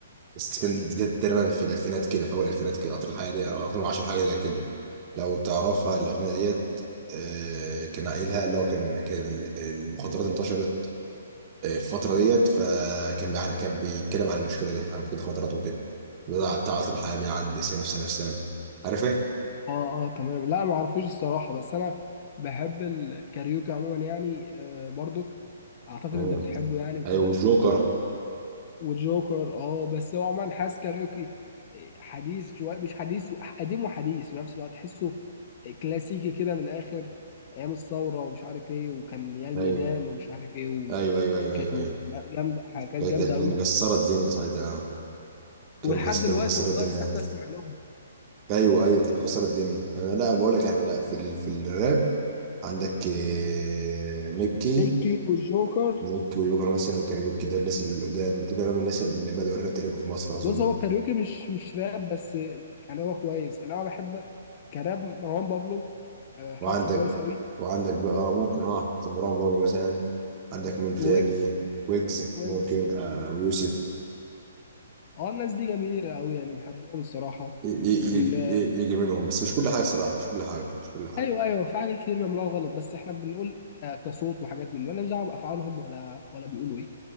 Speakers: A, on the right; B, on the left.
A: بس كانت دي تقريبا في الالفينات كده في اول الالفينات كده قطر الحياه دي او 2010 حاجه زي كده لو تعرفها الأغنية ديت آه، كان قايلها اللي هو كان كان ال- المخدرات انتشرت آه، في الفترة ديت فكان بيع- كان بيتكلم عن المشكلة دي عن مشكلة المخدرات وكده بتاع بتاع عطر حياة بيعدي سنة في سنة في سنة عارف ايه؟
B: اه اه تمام لا ما اعرفوش الصراحه بس انا بحب الكاريوكي عموما يعني آه برضك اعتقد
A: مم.
B: انت بتحبه يعني وكده
A: ايوه الجوكر
B: وجوكر اه بس هو عموما حاسس كاريوكي آه، حديث شويه مش حديث قديم وحديث في نفس الوقت تحسه كلاسيكي كده من الاخر ايام الثوره ومش عارف ايه وكان يا الميدان
A: ايوه
B: ومش عارف ايه
A: ايوه ايوه ايوه ايوه
B: وجامده
A: ايوه
B: حاجات
A: هي
B: جامده
A: كانت
B: قوي
A: مكسرة الدنيا ساعتها كانت
B: ولحد
A: مكسرة
B: دلوقتي
A: كانت مكسرة
B: والله
A: الدنيا
B: بحب اسمع لهم
A: ايوه ايوه كانت مكسرة الدنيا انا لا بقول لك يعني لا في ال... في الراب عندك آه، ميكي
B: ميكي والجوكر
A: ممكن ويوكر مثلا وكاريوكي ده الناس اللي قدام دول من الناس اللي بدأوا الراب تقريبا في مصر أظن
B: بص هو الكاريوكي مش مش راب بس يعني هو كويس انا بحب كراب مروان بابلو آه، حاسه
A: وعندك
B: كويس قوي
A: وعندك بقى آه، ممكن اه مروان بابلو مثلا عندك مين تاني
B: ويجز
A: ويجز
B: ويجز
A: ممكن آه ويوسف
B: اه الناس دي جميله قوي يعني بحبهم الصراحه
A: ي- ي-
B: ال-
A: يجي ي- يجي منهم بس مش كل حاجة صراحة مش كل حاجة مش كل حاجة
B: ايوه ايوه في حاجات كتير بيعملوها غلط بس احنا بنقول آه، كصوت وحاجات من مالناش دعوه بافعالهم ولا ولا بيقولوا ايه